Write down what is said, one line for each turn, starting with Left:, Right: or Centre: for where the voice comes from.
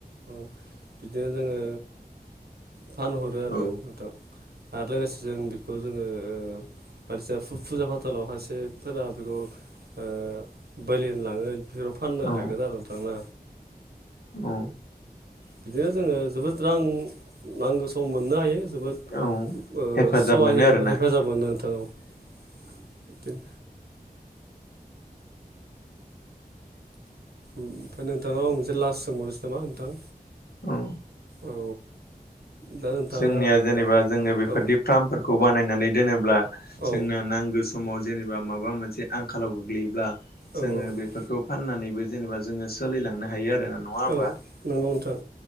Right: औ। बिदिनो जोङो फानहरो आरो
Left: औ
Right: नोंथां। आरो लोगोसे जों बेखौ जोङो ओ मानसिना फु-फुजा फाथालावहाय सेफोरा बेखौ ओ बोलि होनो लाङो। बिसोरो फाननो
Left: औ
Right: हागोन आरो। नोंथां ना
Left: औ
Right: बिदिनो जोङो जोबोद रां नांगौ सम मोननो हायो। जोबोद
Left: औ
Right: ओ
Left: हेफाजाब
Right: सहाय
Left: मोनो
Right: होयो
Left: आरोना
Right: हेफाजाब मोनो नोंथां‌ औ। <unintelligible> ओमफाय नोंथांनाव आं मोनसे लास्ट सोंबावनसै नामा नोंथां?
Left: औ
Right: औ दा नोंथाङा
Left: जोंनिया जेनेबा जोङो बेफोरदि
Right: ओ
Left: फ्रामफोरखौ बानायनानै दोनोब्ला
Right: औ
Left: जोंना नांगो समाव जेनेबा माबा मोनसे आंखालाव गोग्लैयोब्ला जोङो
Right: औ औ
Left: बेफोरखौ फाननानैबो जेनेबा जोङो सोलिलांनो हायो आरोना। नङा होमबा?
Right: औ नंगौ नोंथां